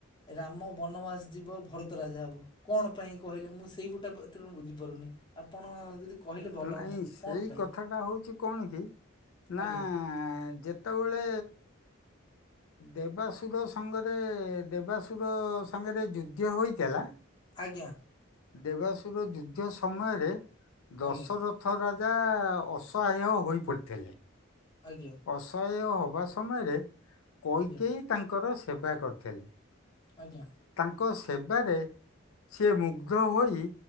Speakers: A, on the left (about 20°); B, on the left (about 85°).
A: ରାମ ବନବାସ ଯିବ, ଭରତ ରାଜା ହବ କଣ ପାଇଁ କହିଲେ ମୁଁ ସେ ସେଇ ଗୁଟା ପ୍ରଥମ ମୁଁ ବୁଝିପାରୁନି ଆପଣ ଯଦି କହିଲେ ଭଲ
B: ନାଇଁ
A: ହୁଅନ୍ତା
B: ସେଇ
A: କଣ ପାଇଁ
B: କଥାଟା ହଉଛି କଣ କି ନା
A: ଆଜ୍ଞା
B: ଯେ ଯେତେବେଳେ ଦେବାଶୁଦ ସଙ୍ଗରେ ଦେବାଶୁଗ ସଙ୍ଗରେ ଯୁଦ୍ଧ ହୋଇଥିଲା।
A: ଆଜ୍ଞା।
B: ଦେବାଶୁଦ ଯୁଦ୍ଧ ସମୟରେ ଦଶର
A: ଆଜ୍ଞା
B: ରଥ ରାଜା ଅସହାୟ ହୋଇପଡ଼ିଥିଲେ।
A: ଆଜ୍ଞା।
B: ଅସହାୟ ହେବା ସମୟରେ କୈକେୟୀ
A: ଆଜ୍ଞା
B: ତାଙ୍କର ସେବା କରିଥିଲେ।
A: ଆଜ୍ଞା।
B: ତାଙ୍କ ସେବାରେ ସି ମୁଗ୍ଧ ହୋଇ